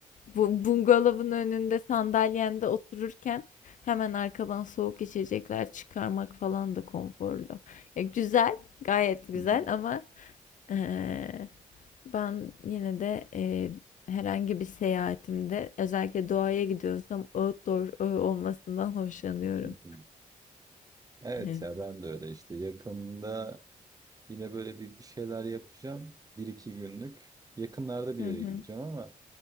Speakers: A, on the left (about 60°); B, on the right (about 25°).
A: bu bungalovun önünde sandalyende otururken hemen arkadan soğuk içecekler çıkarmak falan da konforlu. Ya güzel, gayet güzel
B: Hı hı.
A: ama eee, ben yine de eee, herhangi bir seyahatimde özellikle doğaya gidiyorsam outdoor eee, olmasından hoşlanıyorum.
B: Hı hı. Evet
A: Evet.
B: ya ben de öyle işte yakında Yine böyle bir, bir şeyler yapacağım. Bir iki günlük. Yakınlarda bir
A: Hı
B: yere
A: hı.
B: gideceğim ama